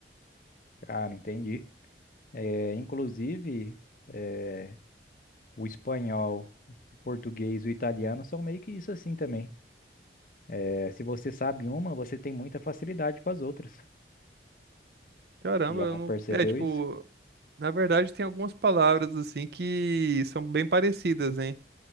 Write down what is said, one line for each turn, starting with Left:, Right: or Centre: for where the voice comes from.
Left: Cara, entendi. É, inclusive, é, o espanhol, o português, o italiano são meio que isso assim também. É, se você sabe uma, você tem muita facilidade com as outras.
Right: Caramba,
Left: Já
Right: eu não.
Left: percebeu
Right: É, tipo.
Left: isso?
Right: Na verdade, tem algumas palavras assim que são bem parecidas, hein?